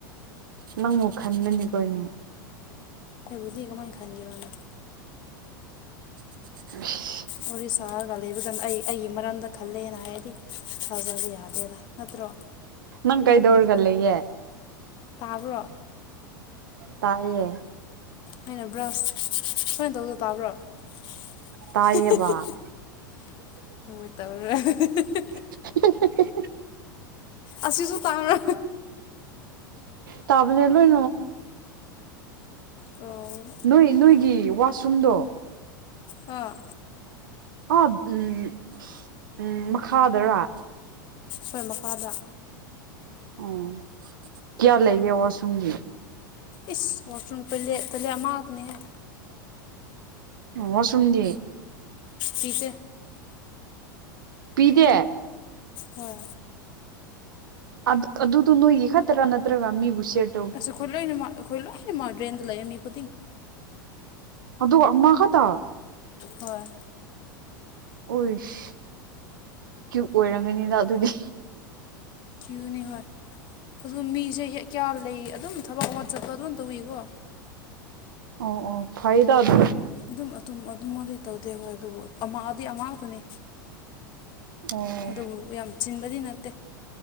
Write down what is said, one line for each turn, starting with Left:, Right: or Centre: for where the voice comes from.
Right: ꯅꯪꯕꯨ ꯈꯟꯕꯅꯤ ꯀꯩꯅꯦ
Left: ꯑꯩꯕꯧꯗꯤ ꯀꯃꯥꯢ ꯈꯟꯑꯦꯔꯣ ꯅꯪ
Right: <unintelligible>
Left: ꯋꯥꯔꯤ ꯁꯥꯔꯒ ꯂꯩꯕ ꯀꯥꯟ ꯑꯩ ꯑꯩꯒꯤ ꯃꯔꯝꯗ ꯈꯜꯂꯦꯅ ꯍꯥꯏꯔꯗꯤ ꯊꯥꯖꯕ ꯌꯥ ꯗꯦꯗ ꯅꯠꯇ꯭ꯔꯣ
Right: ꯅꯪ ꯀꯩꯗꯧꯔꯒ ꯂꯩꯒꯦ
Left: ꯇꯥꯕ꯭ꯔꯣ
Right: ꯇꯥꯢꯌꯦ
Left: ꯑꯩꯅ ꯕ꯭ꯔꯁ ꯁꯃꯥꯏꯅ ꯇꯧꯗꯨ ꯇꯥꯕ꯭ꯔꯣ ꯍꯣꯢ
Right: ꯇꯥꯏꯌꯦꯕ
Left: ꯍꯣꯢ ꯇꯧꯔꯔꯣꯢ
Right: <unintelligible>
Left: ꯑꯁꯤꯁꯨ ꯇꯥꯕ꯭ꯔꯥ
Right: <inaudible> ꯇꯥꯕꯅꯧ ꯂꯣꯢ
Left: ꯑꯣ
Right: ꯅꯣꯏ ꯅꯣꯏꯒꯤ ꯋꯥꯁꯔꯨꯝꯗꯣ
Left: ꯑ
Right: ꯑ ꯎꯝ ꯎꯝ ꯃꯈꯥꯗꯔꯥ
Left: ꯍꯣꯢ ꯃ ꯈꯥꯗ
Right: ꯑꯣ ꯀꯌꯥ ꯂꯩꯒꯦ ꯋꯥꯁꯨꯔꯝꯒꯤꯗꯤ
Left: ꯏꯁ ꯋꯥꯁꯔꯨꯝ ꯇꯣꯢꯂꯦꯠ ꯆꯣꯢꯂꯦꯠ ꯑꯃꯈꯛꯇꯅꯤꯍꯦ
Right: ꯋꯥꯁꯔꯨꯝꯗꯤ
Left: ꯄꯤꯇꯦ
Right: ꯄꯤꯗꯦ
Left: ꯍꯣꯏ
Right: ꯑꯗꯨ ꯑꯗꯨꯗꯣ ꯅꯣꯏꯒꯤ ꯈꯛꯇ꯭ꯔꯥ ꯅꯠꯇ꯭ꯔꯒ ꯃꯤꯕꯨ ꯁꯌ꯭ꯥꯔ
Left: ꯑꯁ ꯑꯩꯈꯣꯏ ꯂꯣꯏꯅꯃꯛ ꯑꯩꯈꯣꯏ ꯂꯣꯏꯅꯃꯛ ꯗ꯭ꯔꯦꯟꯗ ꯂꯩꯌꯦ ꯃꯤ ꯈꯨꯗꯤꯡ
Right: ꯑꯗꯨꯒ ꯑꯃ ꯈꯛꯇ
Left: ꯍꯣꯏ
Right: ꯑꯣꯏꯁ ꯀ꯭ꯌꯨ ꯑꯣꯏꯔꯝꯒꯅꯤꯗ ꯑꯗꯨꯗꯤ
Left: ꯀ꯭ꯌꯨꯅꯤ ꯍꯣꯏ ꯑꯗꯨ ꯃꯤꯖꯦ ꯀꯌꯥ ꯂꯩ ꯑꯗꯨꯝ ꯊꯕꯛ ꯑꯃ ꯆꯠꯄ ꯑꯗꯨꯝ ꯇꯧꯏꯤꯀꯣ
Right: ꯑꯣ ꯑꯣ ꯐꯥꯏꯗ ꯑꯗꯨ
Left: ꯑꯗꯨꯝ ꯑꯗꯨꯝ ꯑꯗꯨꯃꯗꯤ ꯇꯧꯗꯦ ꯍꯣꯏ ꯑꯗꯨꯕꯨ ꯑꯃꯗꯤ ꯑꯃꯛꯇꯅꯤ
Right: ꯑꯣ
Left: ꯑꯗꯨꯕꯨ ꯌꯥꯝ ꯆꯤꯟꯕꯗꯤ ꯅꯠꯇꯦ